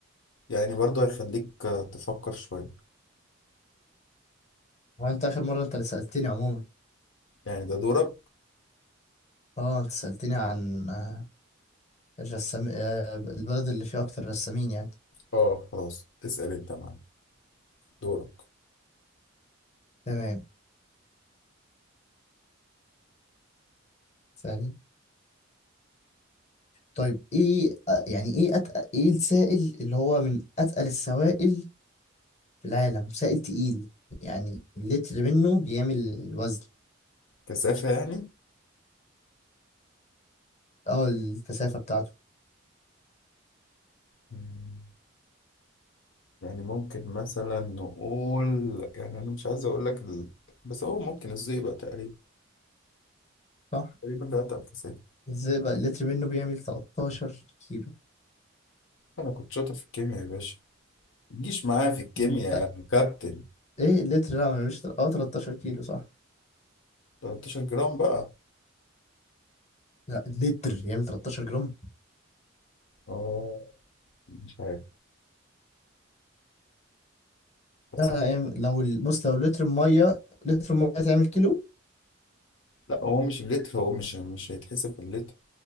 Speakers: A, on the left; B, on the left.
A: يعني برضه هيخليك آه، تفكر شوية
B: وانت اخر مره انت اللي سالتني عموما
A: يعني ده دورك
B: اه انت سالتني عن آه، الرسام آه، البلد اللي فيها اكتر رسامين يعني
A: اه خلاص اسأل انت يا معلم دورك
B: تمام ثاني طيب ايه آه، يعني ايه أتقل ايه السائل اللي هو من اتقل السوائل في العالم سائل تقيل يعني اللتر منه بيعمل وزن
A: كثافة يعني
B: اه الكثافة بتاعته
A: مم. يعني ممكن مثلا نقول يعني انا مش عايز اقول لك ال... بس هو ممكن الزئبق تقريبا
B: صح
A: تقريبا ده اتقل كسافة
B: ازاي بقى اللتر منه بيعمل 13 كيلو
A: انا كنت شاطر في الكيمياء يا باشا متجيش معايا في الكيمياء
B: مم، لا
A: يا كابتن
B: ايه اللتر لا ما بيعملش تل- اه 13 كيلو صح
A: 13 جرام بقى
B: لا اللتر يعمل 13 جرام
A: اه مش عارف بس
B: لا لا
A: هو...
B: يعمل لو ال- بص لو لتر ميه لتر ميه تعمل كيلو
A: لا هو مش اللتر هو مش مش هيتحسب باللتر